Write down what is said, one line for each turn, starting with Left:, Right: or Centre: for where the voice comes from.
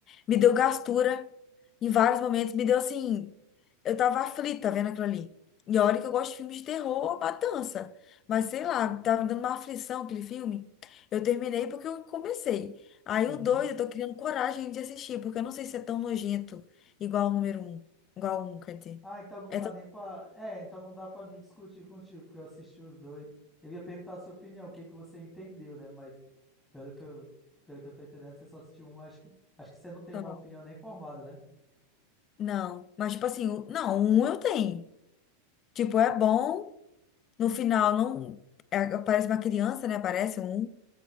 Left: Me
Centre: uhum,
Left: deu gastura em vários momentos. Me deu assim. Eu tava aflita vendo aquilo ali. E olha que eu gosto de filmes de terror, matança. Mas sei lá, tava me dando uma aflição aquele filme. Eu terminei porque eu comecei. Aí
Centre: uhum.
Left: o dois eu tô criando coragem de assistir, porque eu não sei se é tão nojento igual o número um. Igual o um, quer dizer.
Centre: Ah, então não
Left: É
Centre: dá nem pra. É, então não dá pra me discutir contigo, porque eu assisti os dois. Eu ia perguntar a sua opinião, o que que você entendeu, né? Mas pelo que eu, pelo que eu tô entendendo, você só assistiu um, acho que, acho que você não tem
Left: tão.
Centre: uma opinião nem formada, né?
Left: Não, mas tipo assim, o- não, um eu tenho. Tipo, é bom, no final não. é- parece uma criança, né? Parece um.